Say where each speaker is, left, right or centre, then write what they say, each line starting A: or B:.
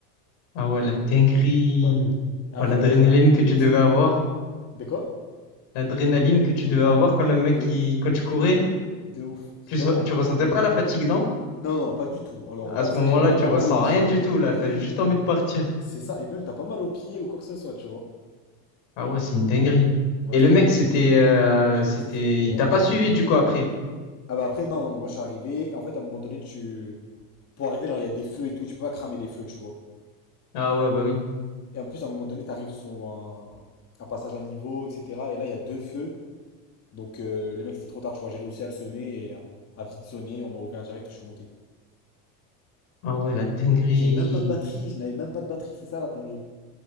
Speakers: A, on the left (about 65°); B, on the left (about 30°).
A: ah ouais, la dinguerie.
B: T'as vu? Et après,
A: Oh, l'adrénaline
B: voilà, je l'ai raconté,
A: que tu
B: etc.
A: devais avoir.
B: De quoi?
A: L'adrénaline que tu
B: De
A: devais
B: malade,
A: avoir quand le mec,
B: de
A: qui
B: ouf,
A: quand tu courais,
B: Eh, de ouf, de ouf, vraiment.
A: tu, so- tu ressentais pas la fatigue, non?
B: Non, non, pas du tout. Alors
A: À
B: là,
A: ce
B: c'est-
A: moment-là,
B: j'avais même
A: tu
B: pas
A: ressens
B: mal aux pieds,
A: rien du tout, là.
B: rien.
A: T'as juste envie de partir.
B: C'est ça, et même t'as pas mal aux pieds ou quoi que ce soit, tu vois.
A: Ah ouais, c'est une dinguerie.
B: Ouais,
A: Et
B: c'était
A: le mec,
B: vraiment
A: c'était,
B: une dinguerie.
A: euh,
B: J'en
A: c'était,
B: ai strictement
A: il t'a pas
B: aucune
A: suivi
B: idée.
A: du coup après.
B: Ah bah après, non, non, non, moi je suis arrivé, et en fait, à un moment donné, tu. Pour arriver, genre, il y a des feux et tout, tu peux pas cramer les feux, tu vois.
A: Ah ouais, bah oui.
B: Et en plus, à un moment donné, t'arrives sur un, un passage à niveau, etc. Et là, il y a deux feux. Donc, euh, le mec, c'était trop tard, tu vois. J'ai réussi à le semer et à, à vite sonner. On m'a ouvert direct et je suis monté.
A: Ah ouais, la dinguerie.
B: Et j'avais même pas de batterie. Je n'avais même pas de batterie. C'est ça, la dinguerie.